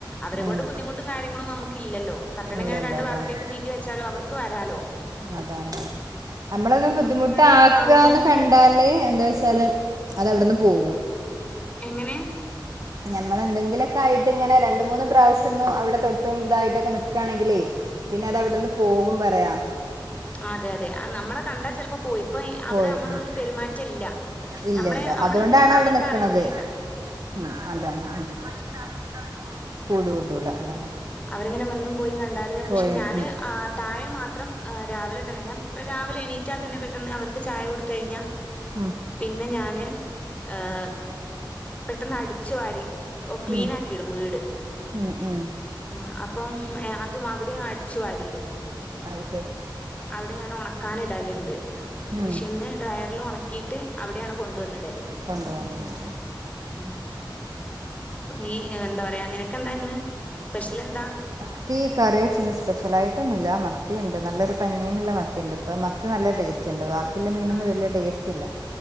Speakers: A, on the left; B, on the right.
A: അവരെ കൊണ്ട്
B: ഉം
A: ബുദ്ധിമുട്ടും കാര്യങ്ങളും നമുക്കില്ലല്ലോ കട്ടണ ഇങ്ങനെ
B: ഇല്ലല്ലോ
A: രണ്ട്
B: അതന്നെ
A: ഭാഗത്തേക്ക് നീക്കി വെച്ചാ ച്ചാല് അവർക്ക് വരാലോ.
B: അതാണ് നമ്മളൊന്നും ബുദ്ധിമുട്ടാക്കാന്ന്
A: നമുക്കങ്ങനെ കാണുമ്പം
B: കണ്ട
A: ഉം
B: കണ്ടാല് എന്താ വെച്ചാല് അത് അവിടെന്ന് പോകും.
A: എങ്ങനെ.
B: ഞമ്മളെന്തെങ്കിലൊക്കായിട്ട്ങ്ങനെ രണ്ട് മൂന്ന് പ്രാവശ്യം ഒന്നും അവിടെ തൊട്ടും ഇതായിട്ടൊക്കെ നിക്കാണെങ്കില് പിന്നെ അതവിടന്ന് പോകും പറയാ
A: ആ അതെയതെ ആ നമ്മളെ കണ്ടാ ചെൽപ്പോ പോയിപ്പോയി അവിടെ
B: പോയി
A: നമ്മളൊരു
B: ഉം
A: പെരുമാറ്റം ഇല്ല
B: ഇല്ല
A: നമ്മളെ
B: ഇല്ല
A: നമ്മള്
B: അതുകൊണ്ടാണ്
A: ഇണ്ടെന്ന്
B: അവിടെ
A: അവർക്ക്
B: നിക്കണത്
A: അറിയുന്നേല്ലാ.
B: ഉം അതാണ് കൂട് കൂട് കൂട്ടൂല അതാണ്.
A: അവരിങ്ങനെ വന്നും പോയി കണ്ടാല് പക്ഷെ
B: പോയി ഉം
A: ഞാന് ആ തായെ മാത്രം ഏഹ് രാവിലെ തന്നെ ഞാൻ ഇപ്പ രാവിലെ എണീറ്റാ തന്നെ പെട്ടെന്ന് അവർക്ക് ചായ കൊടുത്ത കഴിഞ്ഞ
B: ഉം
A: പിന്നെ ഞാന് ഏഹ് പെട്ടെന്ന് അടിച്ചു വാരി ഓ ക്ലീൻ
B: ഉം
A: ആക്കിടും വീട്
B: ഉം ഉം
A: ആഹ് അപ്പം അതും അവിടെയും അടിച്ചു വരിയിടും
B: അയ് ശരി
A: അവിടെ ഞാന് ഒണക്കാനിടല്ണ്ട്
B: ഉം
A: മെഷീനിന്ന് ഡ്രയറിൽ ഉണക്കിയിട്ട് അവിടെയാണ് കൊണ്ടുവന്നിടല്
B: കൊണ്ടുവന്ന് ഇടല്
A: ഉം നീ എന്താ പറയാ നിനക്കെന്താ ഇന്ന് സ്പെഷ്യലെന്താ
B: ത്തീ കറി വെച്ചിന്. സ്പെഷ്യലായ്ട്ടൊന്നുല്ല. മത്തിയുണ്ട്. നല്ലൊരു പഞ്ഞീന്ള്ള മത്തി ഇണ്ട് ഇപ്പം മത്തി നല്ല ടേസ്റ്റ സ്റ്റ്ണ്ട് വാക്കില്ല മീനൊന്നും
A: ആഹ്
B: വെല്യ ടേസ്റ്റ് ഇല്ല.